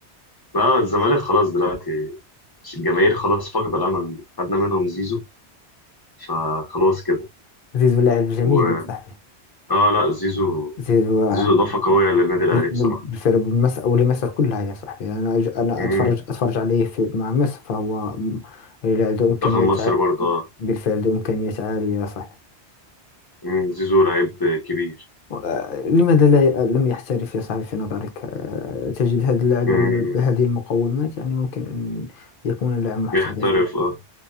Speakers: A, on the left; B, on the left.
A: لا الزمالك خلاص دلوقتي مش الجماهير خلاص فاقدة الأمل خدنا منهم زيزو فخلاص كده
B: زيزو لاعب جميل
A: و
B: يا صاحبي
A: آه لا زيزو
B: زيزو يعني
A: زيزو إضافة قوية للنادي الأهلي
B: بال-
A: بصراحة
B: بال- بالفعل بمصر أو لمصر كلها يا صاحبي أنا أج- أنا
A: مم.
B: أتفرج أتفرج عليه في مع مصر فهو م- لاعب ذو
A: منتخب
B: إمكانيات
A: مصر
B: ع-
A: برضه آه
B: بالفعل ذو إمكانيات عالية يا صاحبي
A: مم. زيزو لعيب كبير
B: و- آه، لماذا لا ي- لم يحترف يا صاحبي في نظرك آه، تجد هذا اللاعب
A: مم.
B: يعني ب- بهذه المقومات يعني ممكن أن يكون لاعب محترف
A: يحترف آه